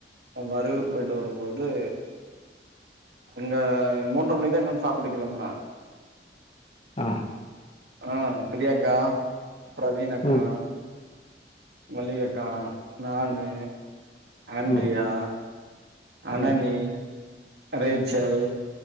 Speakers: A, on the right; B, on the left.
A: ஆ பருகூர் போய்ட்டு வரும்போது அங்க மூன்ற மணிதா இங்கந்து சாப்புட்டு கெளம்புனு
B: ஆ
A: ஆ பிரியாக்கா பிரவீனாக்கா
B: ம்
A: மல்லியக்கா நானு ஆன்ட்ரியா
B: ம்
A: அனனீ
B: ம்
A: ரேச்சல்